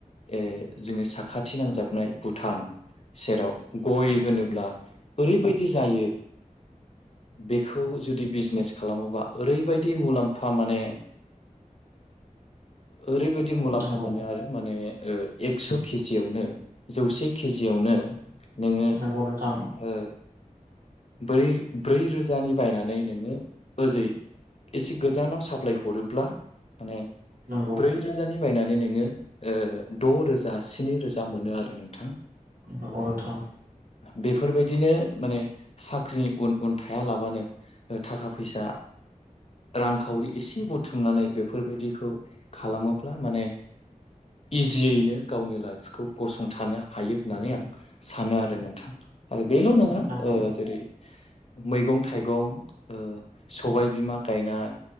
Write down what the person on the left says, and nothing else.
ओ जोंनि साखाथि नांजाबनाय भुटा न सेराव गय होनोब्ला ओरैबायदि जायो बेखौ जुदि बिजनेस खालामोबा ओरैबायदि मुलाम्फा माने ओरैबायदि मुलाम्फा
मोनो आरो माने एक्स' केजियावनो जौसे केजियावनो नोङो
ओ ब्रै ब्रै रोजानि बायनानै नोङो ओजै एसे गोजानाव साप्लाय हरोब्ला माने
ब्रै रोजानि बायनानै नोङो ओ द' रोजा स्नि रोजा मोनो आरो नोंथां।
बेफोरबायदिनो माने साख्रिनि उन उन थाया लाबानो थाखा फैसा रांखावरि एसे बुथुमनानै बे फोरबायदिखौ खालामोब्ला माने इजियैनो गावनि लाइफखौ गसंथानो हायो होननानै आं सानो आरो नोंथां। आरो बेल' नङा
ओ जेरै मैगं थाइगं ओ सबाय बिमा गायनाय